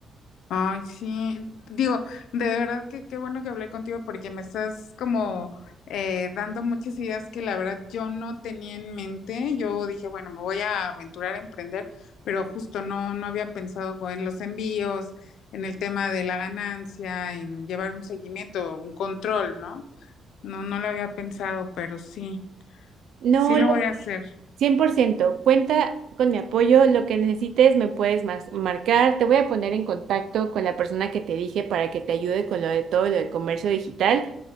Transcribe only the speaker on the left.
Ay, sí, digo, de verdad que qué bueno que hablé contigo porque me estás como eh, dando muchas ideas que la verdad yo no tenía en mente. Yo dije, bueno, me voy a aventurar a emprender, pero justo no, no había pensado co- en los envíos, en el tema de la ganancia, en llevar un seguimiento, un control, ¿no? No, no lo había pensado, pero sí,
sí lo voy a hacer.